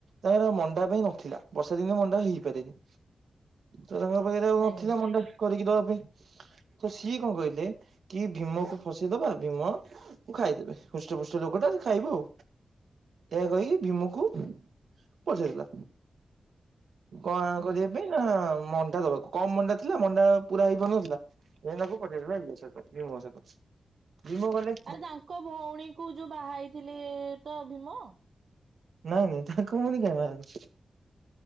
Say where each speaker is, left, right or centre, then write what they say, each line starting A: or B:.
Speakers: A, on the right; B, on the right.
A: ତାଙ୍କ ମଣ୍ଡା ପାଇଁ ନଥିଲା। ବର୍ଷା ଦିନେ ମଣ୍ଡା ହେଇପାରେନି। ତ ତାଙ୍ଗ ପାଖରେ ଆଉ ନଥିଲା
B: ଆଜ୍ଞା
A: ମଣ୍ଡା କରିକି ଦବା ପାଇଁ। ତ ସିଏ କଣ କହିଲେ କି ଭୀମକୁ ଫସେଇଦବା ଭୀମ କୁ ଖାଇଦେବେ। ହୃଷ୍ଟପୃଷ୍ଟ ଲୋକଟା ଖାଇବ ଆଉ। ଏହା କହିକି ଭୀମ କୁ ପଠେଇ ଦେଲା। କଣ
B: ହୁଁ।
A: କରିବା ପାଇଁ ନା ମଣ୍ଡା ଦବାକୁ। କମ୍ ମଣ୍ଡା ଥିଲା ମଣ୍ଡା ପୁରା ହେଇ ପାରୁନଥିଲା। <unintelligible> ପଠେଇ ଦେଲେ। <unintelligible> ଭୀମ ଗଲେ।
B: ଆରେ ତାଙ୍କ ଭଉଣୀ କୁ ଯୋଉ ବାହା ହେଇଥିଲେ ତ ଭୀମ?
A: ନାଇଁ ନାଇଁ। ତାଙ୍କ ଭଉଣୀ ଙ୍କୁ କାଇଁ ବାହା ହେବେ?